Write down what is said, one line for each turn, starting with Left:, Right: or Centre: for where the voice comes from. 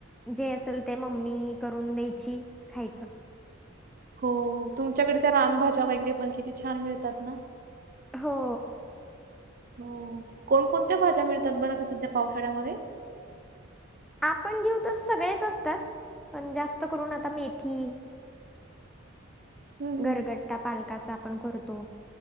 Centre: जे असेल ते, मम्मी करून द्यायची, खायचं.
Right: हो, तुमच्याकड त्या रानभाज्या वगैरे, पण किती छान मिळतात ना?
Centre: हो.
Right: हो. कोणकोणत्या भाज्या मिळतात बरं आता सध्या पावसाळ्यामध्ये?
Centre: आपण घेऊ तर सगळेच असतात, पण जास्त करून आता मेथी
Right: हं, हं.
Centre: गरगट्टा पालकाचा आपण करतो.